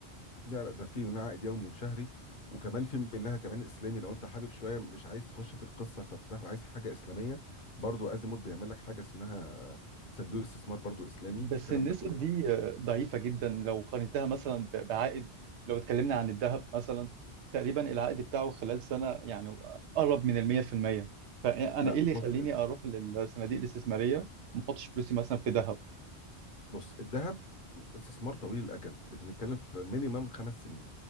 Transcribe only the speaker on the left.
لا لا ده في منها عائد يومي وشهري وكمان في منها كمان اسلامي لو انت حابب شويه مش عايز تخش في القصه فبتاخد عايز حاجه اسلاميه برضو ازيموت بيعمل لك حاجه اسمها صندوق استثمار برضو اسلامي
الكلام
ده كله
لا
بص
بص الذهب استثمار طويل الاجل بنتكلم في مينيمم خمس سنين